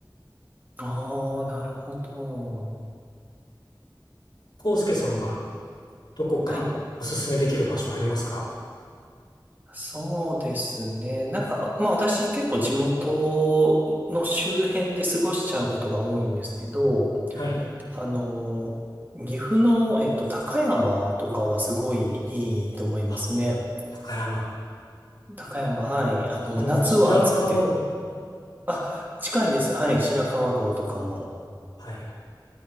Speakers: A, on the right; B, on the left.
A: ああ、なるほど。
B: 康介さんはどこかおすすめできる場所ありますか
A: はいそうですね。なんか、まあ私結構地元の周辺で過ごしちゃうことが多いんですけど、
B: はい。
A: あの、岐阜の、えっと、高山とかはすごいいいと思いますね。
B: あ、高山。
A: 高山、はい。あの、
B: あの、
A: 夏は暑くて、
B: 白川がお、
A: あ、近いです。はい。白川郷とかも。
B: はい、